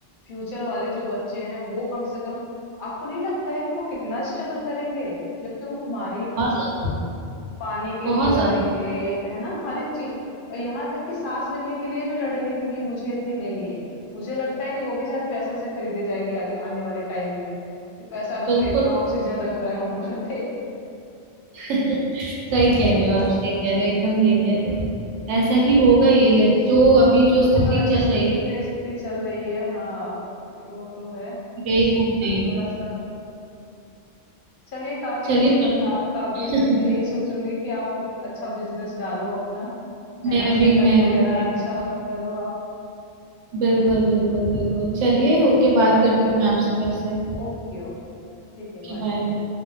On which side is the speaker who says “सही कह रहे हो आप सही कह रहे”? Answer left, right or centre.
Right